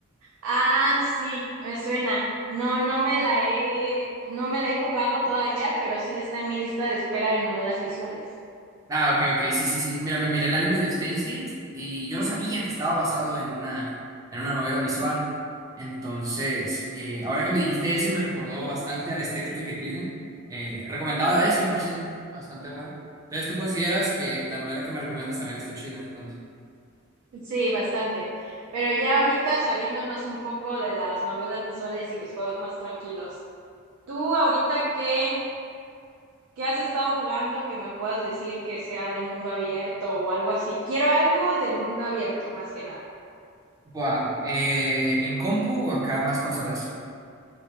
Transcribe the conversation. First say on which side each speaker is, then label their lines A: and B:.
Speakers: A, on the right (about 85°); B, on the right (about 15°).
A: Ah, sí, me suena. No, no me la he, no me la he jugado todavía, pero sí está en mi lista de espera de novelas visuales.
B: Ah, ok, ok, sí, sí, sí. Mira, me miré el anime de Steins Gate y yo no sabía que estaba basado en una, en una novela visual. Entonces, eh, ahora que me dijiste ese, me recordó bastante a la estética que tienen. Eh, recomendada, es 100%, bastante buena. Entonces, ¿tú consideras que la novela que me recomiendas también está chida, entonces?
A: Sí, bastante. Pero ya ahorita saliéndonos un poco de las novelas visuales y los juegos más tranquilos. ¿Tú ahorita qué, qué has estado jugando que me puedas decir que sea de mundo abierto o algo así? Quiero algo de mundo abierto, más que nada.
B: Buah, eh, ¿en compu o acá más consolas?